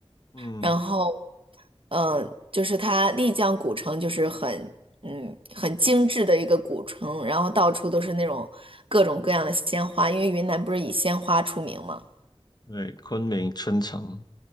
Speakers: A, on the left (about 40°); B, on the right (about 60°).
A: 嗯，
B: 然后嗯，呃就是它丽江古城就是很嗯很精致的一个古城，然后到处都是那种各种各样的鲜花，因为云南不是以鲜花出名嘛，
A: 对，昆明春城。